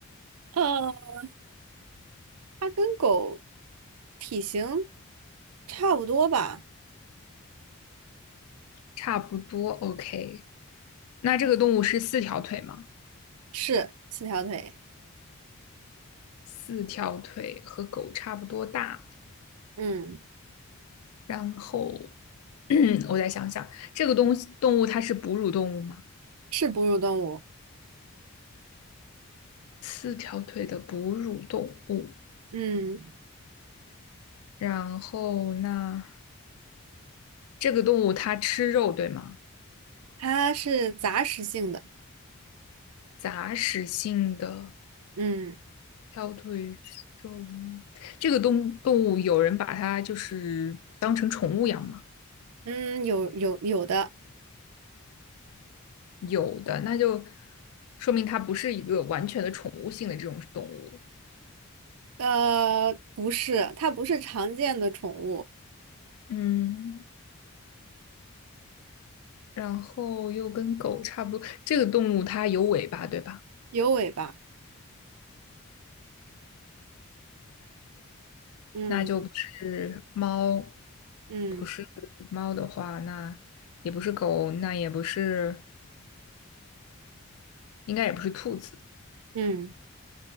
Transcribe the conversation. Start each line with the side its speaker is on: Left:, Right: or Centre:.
Right: 呃，它跟狗体型差不多吧？
Left: 差不多，OK。那这个动物是四条腿吗？
Right: 是四条腿。
Left: 四条腿和狗差不多大。
Right: 嗯，
Left: 然后 <clears throat> 我再想想，这个东动物它是哺乳动物吗？
Right: 是哺乳动物。
Left: 四条腿的哺乳动物。
Right: 嗯，
Left: 然后那这个动物它吃肉，对吗？
Right: 它是杂食性的。
Left: 杂食性的
Right: 嗯
Left: 条腿肉，这个动动物有人把它就是当成宠物养吗？
Right: 嗯，有有有的。
Left: 有的，那就说明它不是一个完全的宠物性的这种动物。
Right: 呃，不是，它不是常见的宠物，
Left: 嗯，然后又跟狗差不多，这个动物它有尾巴，对吧？
Right: 有尾巴。嗯
Left: 那就不是猫，
Right: 嗯
Left: 不是猫的话，那也不是狗，那也不是，应该也不是兔子。
Right: 嗯